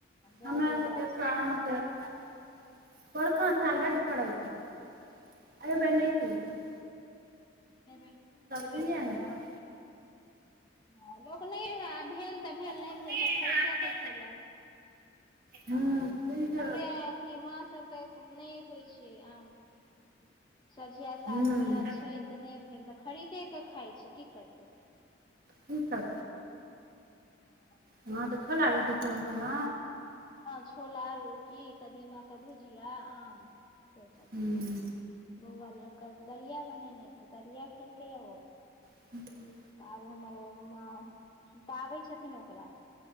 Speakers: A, on the left; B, on the right.
A: जादे
B: हमराकेऽ'
A: गाछ छै
B: अहाँसँ अार बोरका साल बड्ड पड़ल छै। एहिबेर नहि चलै छै।
A: ब अबे
B: खेलियै
A: छलै
B: हन नहि हूँ
A: ह लोक नहि हए आ भेल तऽ' भेल
B: खरीदे
A: नहि भेल तऽ'खरीदे कऽ' खेलक।
B: हँ जा
A: े अथी मा आर तक नहि होइ छै। आम सँझिया साझवला
B: हूँ
A: छै तऽ'नहि भेल तऽ'खरीदे क खाइ छै की करतै।
B: ठीक छै।
A: हँ। <unintelligible>
B: हँ तऽ'छोल आ रोटी छलहुँ खाना।
A: हँ छोला रोटी कदीमा क भुजिया आम से सब।
B: हूँ।
A: खेलक बौआ ल कऽ'दलिया बनेनाइ तऽ' दलिया खेलकै यौ ओ।
B: ह। <unintelligible>
A: तऽ'आब हमर म पाबै छथिन ओकरा